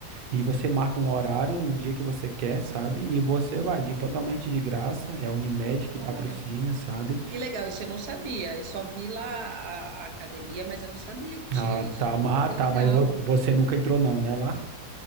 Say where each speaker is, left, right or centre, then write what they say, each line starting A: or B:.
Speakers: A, on the right; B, on the right.
A: e você marca um horário, e um dia que você quer, sabe? E você vai de
B: Ah,
A: totalmente de graça, é a Unimed que
B: olha,
A: patrocina, sabe?
B: que legal, isso eu não sabia. Eu só vi lá a, a academia, mas eu não sabia que tinha
A: Ah,
B: isso
A: tá.
B: tudo.
A: ma-
B: Que
A: Ah, tá,
B: legal.
A: mas vo- você nunca entrou não, né, lá?